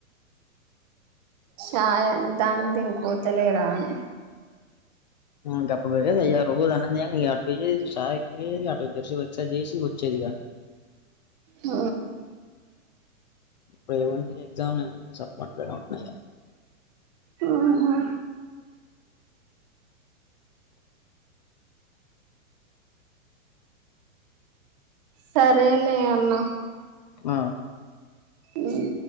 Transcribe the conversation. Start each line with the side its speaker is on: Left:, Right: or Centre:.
Right: షాయ్ దానికి దీనికి పోతలేరా అని
Left: ఇకప్పుడు పోదు అయ్యా రోజు అన్నది అా అటుసిస చేసి వచ్చేది ఇక
Right: ఓ
Left: ఇప్పుడు ఏమంది ఎగ్జామ్నే సప్తలాలేదు ఇగా
Right: ఆహా సరే లే అన్న
Left: ఆ
Right: హ్మ్